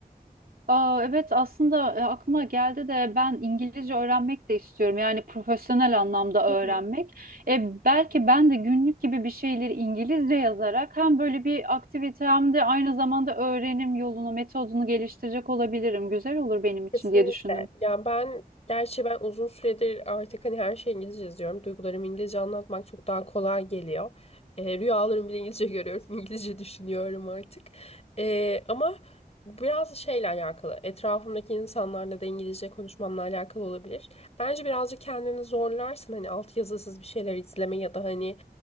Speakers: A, on the right; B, on the left.
A: Aa, evet aslında e, aklıma geldi de ben İngilizce öğrenmek de istiyorum. Yani profesyonel anlamda
B: Hı
A: öğrenmek.
B: hı.
A: E, belki ben de günlük gibi bir şeyleri İngilizce yazarak hem böyle bir aktivite hem de aynı zamanda öğrenim yolunu, metodunu geliştirecek olabilirim. Güzel olur benim için
B: Kesinlikle.
A: diye düşündüm.
B: Ya ben gerçi ben uzun süredir artık hani her şeyi İngilizce yazıyorum. Duygularımı İngilizce anlatmak çok daha kolay geliyor. E, rüyalarımı bile İngilizce görüyorum. <laughs> İngilizce düşünüyorum artık. E, ama biraz şeyle alakalı. Etrafımdaki insanlarla da İngilizce konuşmamla alakalı olabilir. Bence birazcık kendini zorlarsın. Hani altyazısız bir şeyler izleme ya da hani